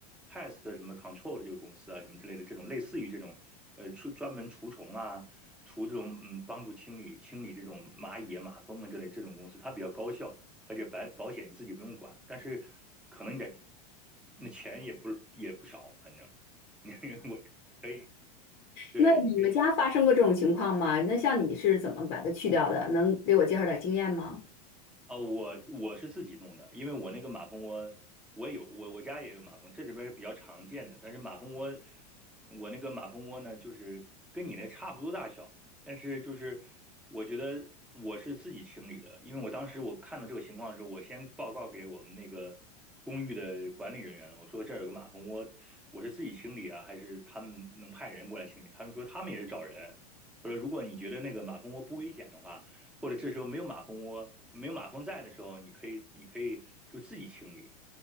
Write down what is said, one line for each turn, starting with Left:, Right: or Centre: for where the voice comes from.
Centre: pest 什么 control 的这个公司啊，什么之类的这种类似于这种呃除专门除虫啊。除这种嗯，帮助清理清理这种蚂蚁啊马蜂啊之类这种公司，它比较高效。而且保保险你自己不用管，但是可能你得那钱也不也不少，反正你 <laughs> 我可以，对，
Left: 那你们家发生过这种情况吗？
Centre: 你可以试试。
Left: 那像你是怎么把它去掉的？能给我介绍点经验吗？
Centre: 哦，我我是自己弄的，因为我那个马蜂窝，我有我我家也有马蜂，这里边是比较常见的。但是马蜂窝，我那个马蜂窝呢，就是跟你那差不多大小，但是就是我觉得我是自己清理的，因为我当时我看到这个情况的时候，我先报告给我们那个公寓的管理人员了，我说这儿有个马蜂窝，我是自己清理啊，还是他们能派人过来清理？他们说他们也是找人，他说如果你觉得那个马蜂窝不危险的话。或者这时候没有马蜂窝、没有马蜂在的时候，你可以你可以就自己清理。